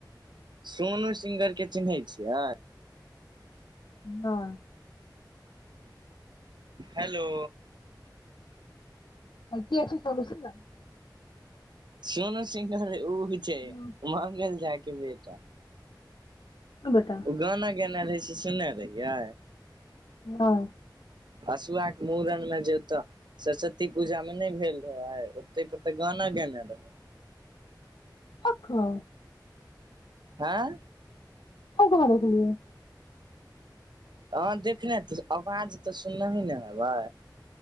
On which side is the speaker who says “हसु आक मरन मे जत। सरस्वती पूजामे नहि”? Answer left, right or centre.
Right